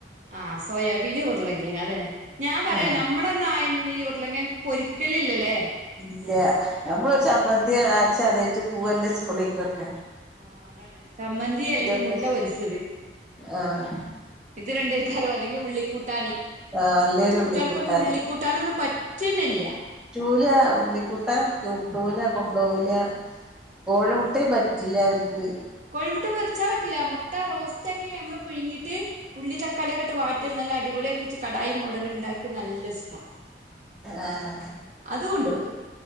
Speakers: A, on the right; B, in the centre.
A: ആഹ് സോയാബീനും ഉരുളങ്കിഴങ്ങും അത് തന്നെ ഞാൻ പറയാ
B: ആഹ്
A: നമ്മളന്ന് ആയെ നിന്ന് ഈ ഉരുളങ്കിഴങ്ങ് പൊരി ക്കില്ലില്ലല്ലേ
B: ഇല്ല നമ്മളൊരു ചമ്മന്തി അരച്ചാ അതാട്ട് പൂവല്ലേ സ്കുളിക്കൊക്കെ
A: ആഹ് അതാണ് ചമ്മന്തി അല്ലെങ്കിൽ
B: ഉണ്ട്
A: മുട്ട പൊരിച്ചത്
B: ആഹ്
A: ഇത് രണ്ട് കാണും അല്ലെങ്കിൽ ഉള്ളിക്കൂട്ടാന്
B: ആഹ് അല്ലേരു
A: ഇപ്പത്തെ കുട്ടികൾക്കൊന്നും
B: ഉള്ളിക്കുട്ടാന്
A: ഉള്ളിക്കൂട്ടാനൊന്നും പറ്റുന്നില്ല
B: ചൂല ഉള്ളിക്കൂട്ടാൻ കൂട്ടൂല കൊണ്ടുപോകില്ല കോഴിമുട്ടയും പറ്റില്ല അവർക്ക്
A: കോഴിമുട്ട പൊരിച്ചാ പറ്റില്ല മുട്ട റോസ്റ്റാക്കി നമ്മള് പുഴുങ്ങിട്ട് ഉള്ളി തക്കാളിയൊക്കെയിട്ട് വാട്ടി നല്ല അടിപൊളിയാക്കിച്ച് കടായി മോഡലുണ്ടാ അതൊക്കെ നല്ല ഇഷ്ടാ
B: ആഹ്
A: അത് കൊണ്ടോകും